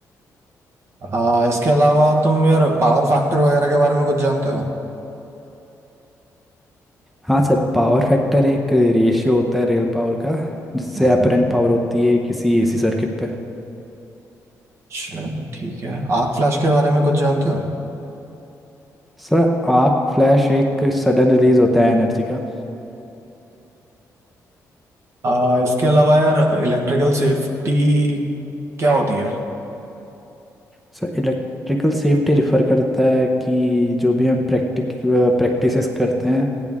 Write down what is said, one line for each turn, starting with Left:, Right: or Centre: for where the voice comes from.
Right: आ, इसके अलावा तुम यार पावर फैक्टर वगैरह के बारे में कुछ जानते हो
Centre: हाँ सर पावर फैक्टर एक रेशियो होता है रियल पावर का जिससे
Right: हम्म
Centre: अपरेंट पावर होती है किसी एसी सर्किट पे
Right: चलो ठीक है आर्क फ्लैश के बारे में कुछ जानते हो
Centre: सर आर्क फ्लैश एक सडन रिलीज होता है एनर्जी का
Right: आ, इसके अलावा यार इलेक्ट्रिकल सेफ्टी क्या होती है
Centre: सर इलेक्ट्रिकल सेफ्टी रिफर करता है कि जो भी हम प्रैक्टिक प्रैक्टिसेस करते हैं